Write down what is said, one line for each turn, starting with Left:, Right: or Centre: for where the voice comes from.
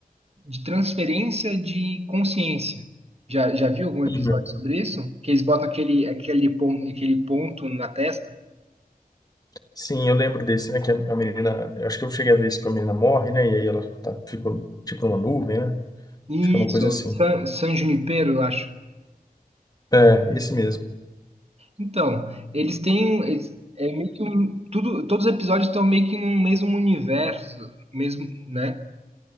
Right: de transferência de consciência. Já, já viu algum
Left: uhum.
Right: episódio sobre isso? Que eles botam aquele, aquele, pon- aquele ponto na testa?
Left: Sim, eu lembro desse, né? Que a, a menina. Eu acho que eu cheguei a ver isso que a menina morre, né? E aí ela tá, fica tipo numa nuvem, né?
Right: Isso,
Left: Acho que é uma coisa
Right: é o
Left: assim.
Right: San, San Junipero, eu acho.
Left: É, esse mesmo.
Right: Então, eles têm, eles- é meio que um, tudo, todos os episódios estão meio que num mesmo universo, mesmo, né?